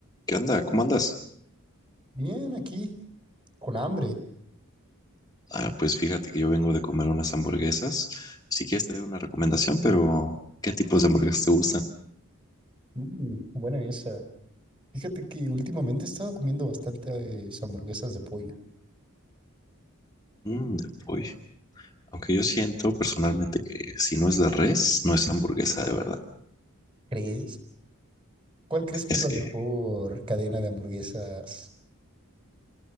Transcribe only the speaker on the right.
Bien, aquí, con hambre.
Mm, buena esa. Fíjate que últimamente he estado comiendo bastante eh, hamburguesas de pollo.
¿Crees? ¿Cuál crees que
es la
mejor cadena de hamburguesas